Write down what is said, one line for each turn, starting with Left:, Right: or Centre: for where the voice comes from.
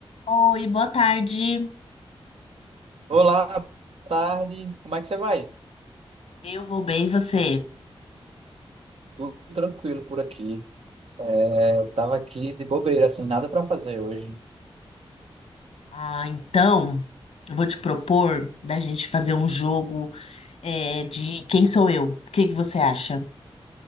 Left: Oi, boa tarde.
Right: Olá, boa tarde. Como é que você vai?
Left: Eu vou bem, e você?
Right: Tudo tranquilo por aqui. É, tava aqui de bobeira, assim, nada pra fazer hoje.
Left: Ah, então, eu vou te propor da gente fazer um jogo é, de quem sou eu? O que que você acha?